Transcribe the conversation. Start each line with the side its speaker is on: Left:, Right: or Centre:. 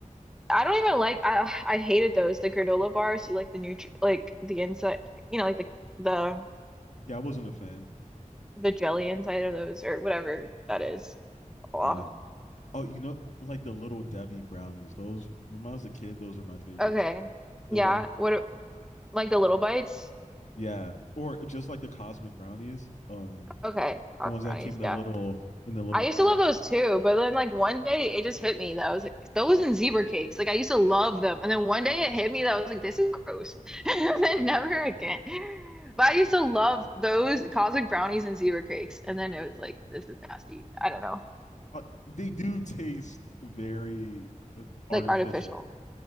Centre: I don't even like I I hated those the granola bars, so like the nutri like the inside, you know, like the the
Left: yeah. I wasn't a fan.
Centre: the jelly inside of those or whatever that is. Oh,
Left: Yeah. Oh, you know, like the little Debbie brownies. Those when I was a kid, those are my favorites.
Centre: okay,
Left: the
Centre: yeah.
Left: little
Centre: What a- like the little bites?
Left: yeah, or just like the cosmic brownies, um,
Centre: Okay, cotton
Left: the ones
Centre: brownies.
Left: that came in the
Centre: yeah.
Left: little in the little
Centre: I used
Left: packs.
Centre: to love those too, but then like one day it just hit me that I was like those and zebra cakes. Like I used to love them, and then one day it hit me that I was like this is gross, <laughs> and then never again. But I used
Left: The-
Centre: to love those cosmic brownies and zebra cakes, and then it was like this is nasty. I don't know,
Left: uh, they do taste very uh, artificial,
Centre: like artificial.